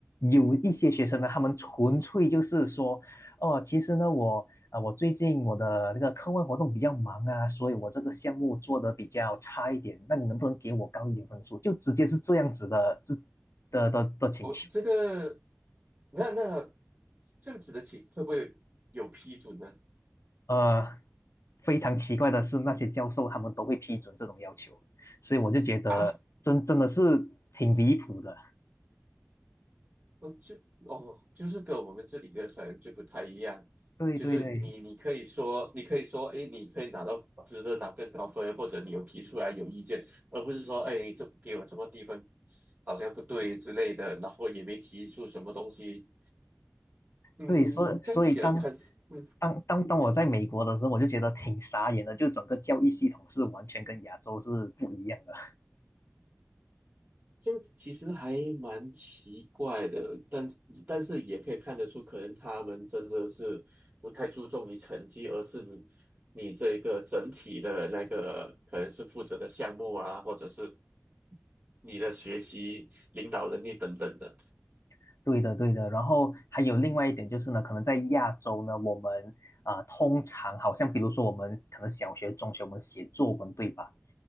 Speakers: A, on the left; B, on the right.
A: 有一些学生呢，他们纯粹就是说，哦，其实呢，我啊、我最近我的那个课外活动比较忙啊，所以我这个项目做的比较差一点，那你能不能给我高一点分数？就直接是这样子的，这的的的请求。
B: 我这个，那那这样子的情会不会有批准呢？
A: 呃，非常奇怪的是，那些教授他们都会批准这种要求，所以我就觉得真真的是挺离谱的。
B: 啊？我就哦，就是跟我们这里的可能就不太一样，
A: 对对对
B: 就是你你可以说，你可以说，哎，你可以拿到值得拿更高分，或者你有提出来有意见，而不是说，哎，这给我这么低分，好像不对之类的，然后也没提出什么东西，嗯，
A: 对，所以所以当
B: 这样起来看，嗯。
A: 当当当我在美国的时候，我就觉得挺傻眼的，就整个教育系统是完全跟亚洲是不一样的。
B: 这个其实还蛮奇怪的，但但是也可以看得出，可能他们真的是不太注重于成绩，而是你你这一个整体的那个可能是负责的项目啊，或者是你的学习、领导能力等等的。
A: <laughs> 对的，对的。然后还有另外一点就是呢，可能在亚洲呢，我们啊、呃通常好像比如说我们可能小学、中学我们写作文，对吧？